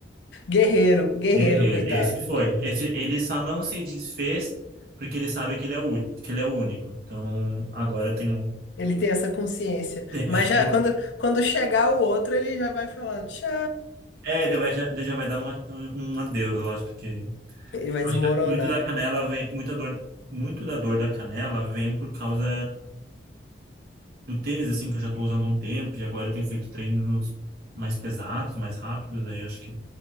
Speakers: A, on the left (about 80°); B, on the right (about 60°).
A: Guerreiro, guerreiro,
B: Guerreiro,
A: coitado.
B: esse foi. Esse, ele só não se desfez porque ele sabe que ele é o, ú- que ele é o único. Então agora eu tenho.
A: Ele tem essa consciência.
B: <laughs>
A: Mas já quando, quando chegar o outro, ele já vai falar tchau.
B: É, ele vai, já, ele já vai dar um, a- um adeus, eu acho, porque.
A: Ele vai
B: Acho
A: desmoronar.
B: que Muito da canela vem, muita dor, muito da dor da canela vem por causa do tênis, assim, que eu já tô usando há um tempo e agora eu tenho feito treinos mais pesados, mais rápidos, aí eu acho que